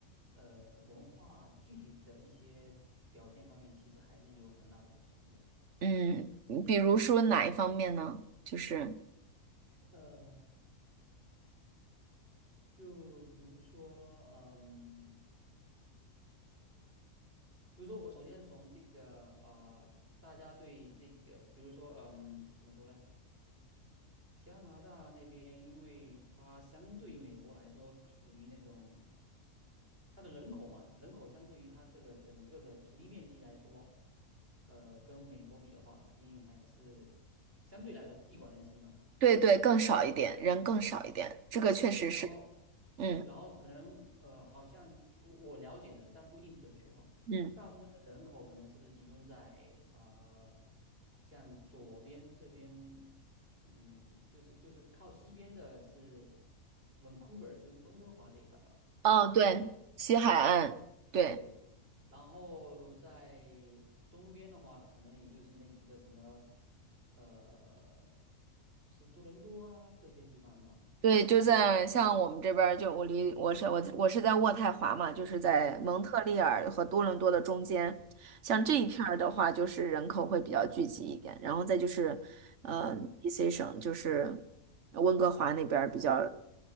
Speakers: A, on the right (about 40°); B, on the right (about 60°).
A: 呃文化具体的一些表现方面，其实还是有很大的不同的。
B: 嗯，嗯比如说哪一方面呢？就是
A: 呃，就比如说，嗯。比如说，我首先从这个呃，大家对这个，比如说，嗯，怎么说呢？加拿大那边，因为它相对美国来说，属于那种它的人口嘛，人口相对于它这个整个的土地面积来说，呃，跟美国比的话，肯定还是相对来说地广人稀嘛。
B: 对对，更少一点，人更少一点，这个确实是，
A: 然后对，
B: 嗯
A: 然后可能呃，好像我我了解的，但不一定准确哈。
B: 嗯，
A: 大部分的人口可能是不是集中在呃，像左边这边，嗯，就是就是靠西边的是 Vancouver，就是温哥华这一块吧，
B: 哦对，
A: 对吧？
B: 西海岸，对。
A: 对。然后在东边的话，可能也就是那几个什么，呃，是多伦多啊这些地方吧。
B: 对，就在像我们这边儿，就我离我是我我是在渥太华嘛，就是在蒙特利尔和多伦多的中间。
A: 嗯。
B: 像这一片儿的话，
A: 哦
B: 就是人口会比较聚集一点，然后再就是，呃，BC
A: 嗯
B: 省就是温哥华那边儿比较